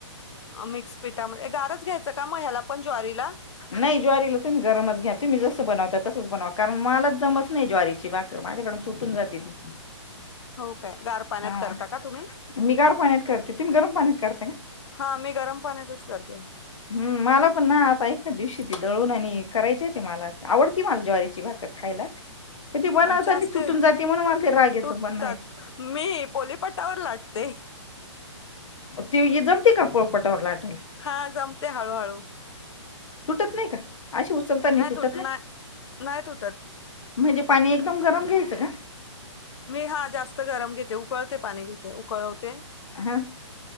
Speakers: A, on the left; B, on the left.
A: मिक्स पिठामध्ये ए, गारच घ्यायचं का मग ह्याला पण ज्वारीला
B: नाही ज्वारीला तुम्ही गरमच घ्या. तुम्ही जस बनवता तस बनवा कारण मलाच जमत नाही ज्वारीची भाकर, माझ्याकडून तुटून जाते ती.
A: हो काय गार पाण्यात
B: हा
A: करता का तुम्ही
B: मी गार पाण्यात करते, तुम्ही गरम पाण्यात करता का?
A: हा मी गरम पाण्यातच करते
B: हम्म मला पण ना आता एका दिवशी त दळून आणि करायचिच मला, आवडती मला ज्वारीची भाकर खायला. ते बनवतानी
A: आमच्या असते
B: तुटून जाते म्हणून मला ते राग येतो
A: तुटतात
B: बनवायचा.
A: मी पोलेपाटावर लाटते.
B: ती जमती का पोळपाटा वर लाट
A: हा जमते हळू हळू.
B: तुटत नाही का? अशी उचलताना
A: नाही
B: तुटत
A: तुट नाही. नाही तुटत.
B: म्हणजे पाणी एकदम गरम घ्यायच का?
A: मी हा जास्त गरम घेते उ -- उकळते पाणी घेते उकळवते
B: हा.